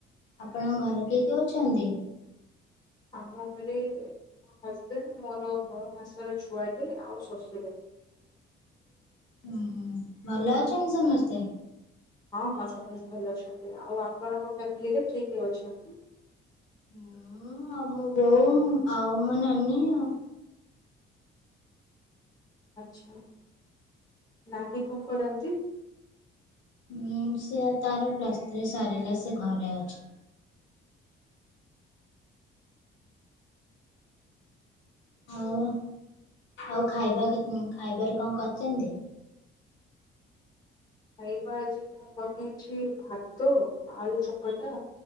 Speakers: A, on the left (about 65°); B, on the left (about 20°).
A: ଆପଣଙ୍କ ଘରେ କିଏ କିଏ ଅଛନ୍ତି?
B: ଆମ ଘରେ ମୋ ହଜବେଣ୍ଡ ମୋର ନଅ ମାସର ଛୁଆଟେ ଆଉ ଶଶୁର।
A: <inaudible> ହଁ ଭଲ ଅଛନ୍ତି ସମସ୍ତେ?
B: ହଁ ହଁ ସମସ୍ତେ ଭଲ ଅଛନ୍ତି ଆଉ ଆପଣଙ୍କ ଫ୍ୟାମିଲିରେ କିଏ କିଏ ଅଛନ୍ତି?
A: ମୁଁ ଆଉ ମୋ ବୋଉ ଆଉ ମୋ ନାନୀ ଆଉ।
B: ଆଛା ନାନୀ କଣ କରନ୍ତି?
A: ଉଁ ସେ ତାର ପ୍ଲସ ଥ୍ରୀ ସାରିଲା ସେ ଘରେ ଅଛି। ହଉ ଆଉ ଖାଇବା କେତେ ଖାଇବାରେ କଣ କରିଚନ୍ତି
B: ଖାଇବା ଆଜି ମୁଁ ବନେଇଛି ଭାତ ଆଳୁ ଚକଟା